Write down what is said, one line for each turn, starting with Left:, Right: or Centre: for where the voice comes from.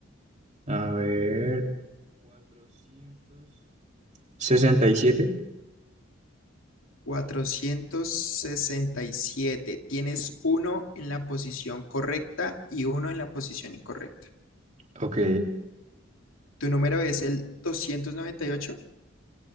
Right: a ver, 467.
Left: cuatrocientos sesenta y siete Tienes uno en la posición correcta y uno en la posición incorrecta.
Right: Ok.
Left: ¿Tu número es el 298?